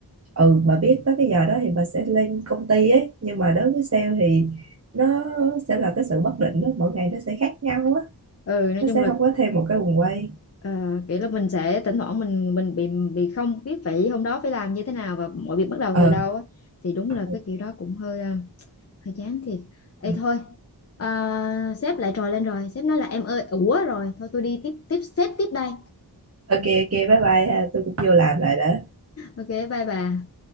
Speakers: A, on the right; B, on the left.
A: ừ bà biết tới cái giờ đó thì bà sẽ lên công ty ấy nhưng mà đối với sale thì nó sẽ là cái sự bất định đó mỗi ngày nó sẽ khác nhau á
B: Ừ, nói
A: nó
B: chung
A: sẽ
B: là
A: không có thêm một cái guồng quay
B: Ờ, kiểu là mình sẽ thỉnh thoảng mình mình bị bị không biết phải hôm đó phải làm như thế nào và mọi việc bắt đầu
A: ờ
B: từ đâu á thì đúng là
A: ờ,
B: cái kiểu đó cũng hơi ờ, hơi chán thiệt. Ê
A: ờ.
B: thôi à, sếp lại trồi lên rồi sếp nói là em ơi ủa rồi thôi tôi đi tiếp tiếp sếp tiếp đây
A: ok ok bye bye ha. tôi cũng vô làm lại đã
B: ok bye bà